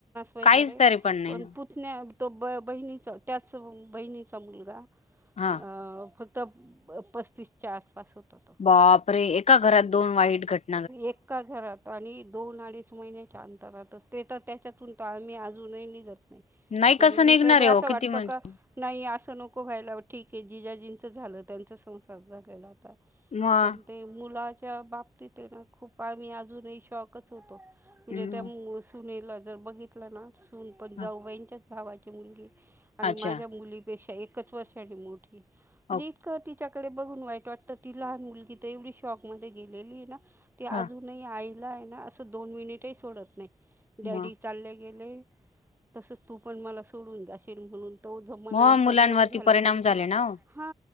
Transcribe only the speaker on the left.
काहीच तरी पण नाही नाय.
हा.
बाप रे एका घरात दोन वाईट घट
नाही
कसं
निघणार आहे
हो
किती म्हणजे
मग
हं,
हं.
अच्छा
ओ
हा
मग
मग
मुलांवरती
परिणाम
झाले
ना हो